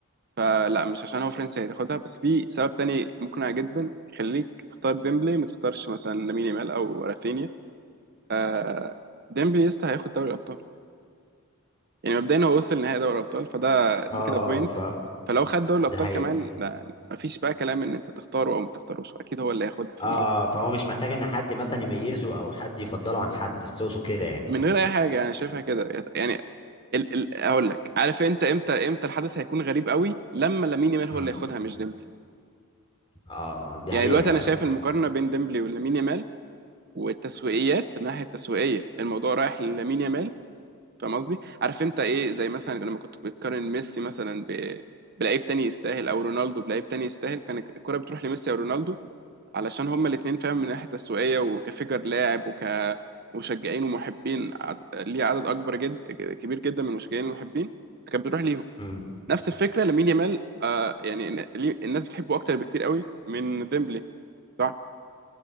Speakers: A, on the right (about 45°); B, on the left (about 25°).
A: فلا مش عشان هو فرنسي هتاخدها بس في سبب تاني مقنع جدا يخليك تختار ديمبلي ما تختارش مثلا لامين يامال او رافينيا آه ديمبلي يسطا هياخد دوري الابطال يعني مبدئيا هو وصل نهائي دوري الابطال فده دي
B: اه
A: كده بوينت
B: اه ف
A: فلو خد دوري الابطال
B: ده حقيقه
A: كمان لا يعني مفيش بقى كلام ان انت تختاره او ما تختاروش اكيد هو اللي هياخدها فاهم
B: اه
A: قصدي
B: اه فهو مش محتاج ان حد مثلا يميزه او حد يفضله عن حد تقصد كده يعني
A: من غير اي حاجه انا شايفها كده يعني ال ال اقول لك عارف انت امتى امتى الحدث هيكون غريب قوي لما لامين يامال هو
B: امم
A: اللي ياخدها مش ديمبلي
B: اه آه، دي
A: يعني
B: حقيقه
A: دلوقتي
B: فعلا
A: انا شايف المقارنه بين ديمبلي ولامين يامال والتسويقيات من الناحيه التسويقيه الموضوع رايح لمين يامال فاهم قصدي عارف انت ايه زي مثلا لما كنت بتقارن ميسي مثلا ب... بلعيب تاني يستاهل او رونالدو بلعيب تاني يستاهل كان الكره بتروح لميسي او رونالدو علشان هما الاثنين فاهم من ناحيه تسويقيه وكفيجر لاعب وكمشجعين ومحبين ع- ليه عدد اكبر جد كبير جدا من المشجعين المحبين كانت بتروح ليهم
B: امم
A: نفس الفكره لامين يامال آه يعني ن- ليه- الناس بتحبه اكتر بكتير قوي من ديمبلي صح